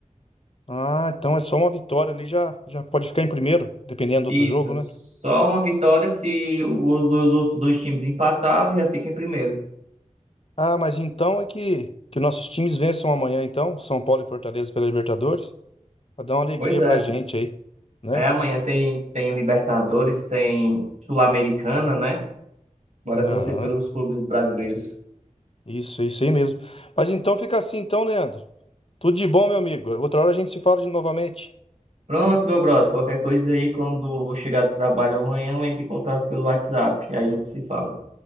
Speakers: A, on the left (about 50°); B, on the right (about 60°).
A: Ah, então é só uma vitória ali, já, já pode ficar em primeiro, dependendo do
B: Isso.
A: outro jogo, né?
B: Só uma vitória se o- os outros dois times empatarem, já fica em primeiro.
A: Ah, mas então é que, que nossos times vençam amanhã, então, São Paulo e Fortaleza pela Libertadores. Pra dar uma alegria
B: Pois é.
A: pra gente aí, né?
B: É, amanhã tem, tem Libertadores, tem Sul-Americana, né? Bora
A: Aham.
B: torcer pelos clubes brasileiros.
A: Isso, isso aí mesmo. Mas então fica assim, então, Leandro. Tudo de bom, meu amigo. Outra hora a gente se fala de novamente.
B: Pronto, meu brother. Qualquer coisa aí, quando eu chegar do trabalho amanhã, eu entro em contato pelo WhatsApp. Aí a gente se fala.